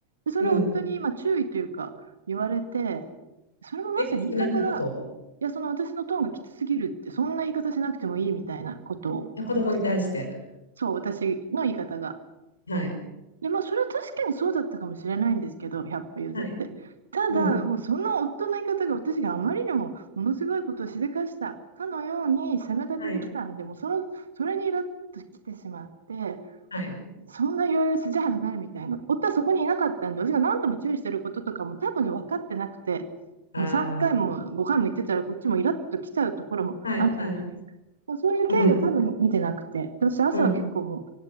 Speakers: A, on the right; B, on the left.
A: でそれを夫に今注意というか言われて、
B: うん。
A: それもまさに言い方が、
B: え、きつくなったことい
A: いや、その私のトーンがきつすぎるって、そんな言い方しなくてもいいみたいなことを、
B: や子供に対して。
A: そう、私の言い方が。
B: はい。
A: で、まあ、それは確かにそうだったかもしれないんですけど、100歩譲って。
B: はい。
A: ただ、
B: うん。
A: もうその夫の言い方が私があまりにもものすごいことをしでかしたかのように責め立ててきたんで、
B: はい。
A: もうその、それにイラッときてしまって、
B: はい。
A: そんな言われる筋合いはないみたいな。夫はそこにいなかったんで、私が何度も注意してることとかも多分ね、分かってなくて、
B: ああ。
A: もう3回も5回も言ってたら、こっちもイラッと来ちゃうところもあるじゃないですか。
B: はい。はい。
A: そういう経緯を多分見てなくて、
B: うん。
A: 私、朝は結構もう、
B: うん。